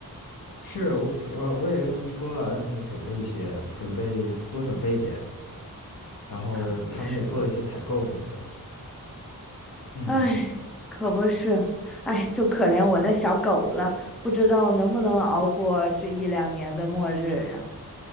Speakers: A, on the left; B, in the centre.
A: 是我给我我也跟他们说了，让他们准备一些，准备多准备一点，然后他们也做了一些采购什么的。
B: 可不是。
A: 嗯
B: 哎，可不是，哎，就可怜我那小狗了，不知道能不能熬过这一两年的末日呀。